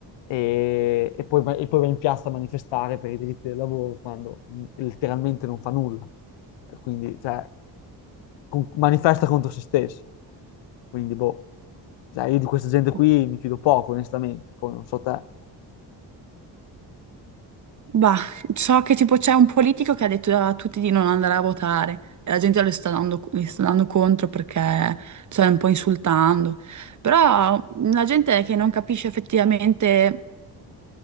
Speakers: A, on the left (about 85°); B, on the right (about 45°).
A: e, e poi va, e poi va in piazza a manifestare per i diritti del lavoro quando mh, letteralmente non fa nulla. E Quindi, cioè, con- manifesta contro se stesso. Quindi, boh, cioè, io di questa gente qui
B: boh,
A: mi fido poco, onestamente. Poi non so te.
B: Bah, so che tipo c'è un politico che ha detto a tutti di non andare a votare e la gente le sta dando, le sta dando contro perché sta un po' insultando. Però la gente è che non capisce effettivamente,